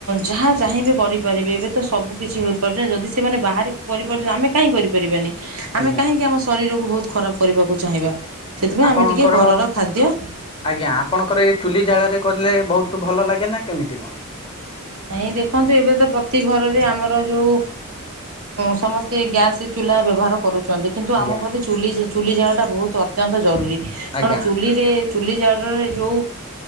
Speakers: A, on the right; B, on the left.
A: ଯାହା ଚାହିଁବେ କରିପାରିବେ, ଏବେ ତ ସବୁ କିିଛି ହୋଇପାରୁଛି। ଯଦି ସେମାନେ ବାହାରେ କରିପାରୁଛନ୍ତି ଆମେ କାହିଁକି କରିପାରିବାନି ଆମେ
B: ଆଜ୍ଞା
A: କାହିଁକି ଆମ ଶରୀରକୁ ବହୁତ ଖରାପ କରିବାକୁ ଚାହିଁବା? ସେଥିପାଇଁ
B: ଆପଣଙ୍କର
A: ଆମେ ଟିକେ ଘରର ଖାଦ୍ୟ
B: ଆଜ୍ଞା ଆପଣଙ୍କର ଏ ଚୁଲି ଜାଳ ରେ କଲେ ବହୁତ ଭଲ ଲାଗେ ନା କେମିତି କଣ?
A: ନାଇଁ ଦେଖନ୍ତୁ ଏବେ ତ ପ୍ରତି ଘରରେ ଆମର ଯୋଉ ସମସ୍ତେ ଗ୍ୟାସ ଚୁ ଲା ବ୍ୟବହାର କରୁଛୁ। ଛନ୍ତି କିନ୍ତୁ
B: ଆଜ୍ଞା
A: ଆମ ପ୍ରତି ଚୁଲି ଚୁଲି ଜାଳଟା ବହୁତ ଅତ୍ୟନ୍ତ ଜରୁରୀ, କାରଣ
B: ଆଜ୍ଞା
A: ଚୁଲିରେ ଚୁଲି ଜାଳରେ ଯୋଉ